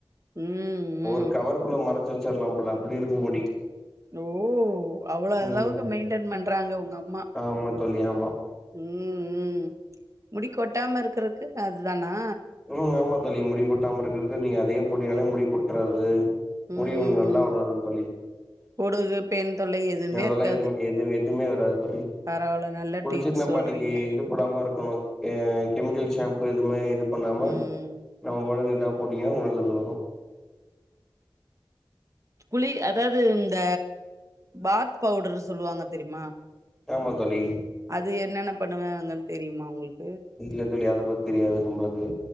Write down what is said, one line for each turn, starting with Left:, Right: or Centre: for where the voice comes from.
Right: ம் ம்
Centre: ஒரு கவர்க்குள்ள மறைச்சு வச்சிர்லா போல அப்டி இருக்கு முடி
Right: ஓ அவ்ளோ
Centre: ம்
Right: அளவுக்கு மெயின்டென் பண்றாங்க உங்க அம்மா
Centre: ஆமா தோழி ஆமா
Right: ம் ம் முடி கொட்டாம இருக்கிறதுக்கு அதானா
Centre: ம் ஆமா தோழி முடி கொட்டாம இருக்குற்க்கு நீங்க அதேயே போட்டிங்னாலே முடி கொட்றாது முடி
Right: ம்
Centre: உங் நல்லா
Right: ம்
Centre: வளருந் தோழி
Right: பொடுகு பெண் தொல்லை எதுவுமே
Centre: அதெல்லா
Right: இருக்காது
Centre: எதுமே எது எதுமே வராது தோழி
Right: பரவால்ல நல்ல
Centre: குளிச்சுட்டு
Right: டிப்ஸ்
Centre: நம்ம
Right: சொல்றீங்க
Centre: அன்னைக்கி இது போடாம இருக்கணு ஏ கெமிக்கல் ஷாம்பு எதுவுமே இது பண்ணாம
Right: ம்
Centre: நம்ம பாட்டுக்கு இதா போடீங்கனா நல்லது வரு
Right: குளி அதாவுது இந்த பாத் பவுடரு சொல்லுவாங்க தெரியுமா
Centre: ஆமா தோழி
Right: அது என்னென்ன பண்ணுவேங்கனு தெரியுமா உங்ளுக்
Centre: இல்ல தோழி அத பத்தி தெரியாது நம்ளுக்கு